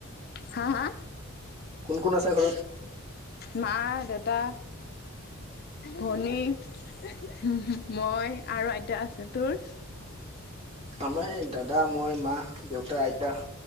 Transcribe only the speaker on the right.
কোন কোন আছে ঘৰত?
আমাৰ এই দাদা, মই, মা, দেউতা, আইতা।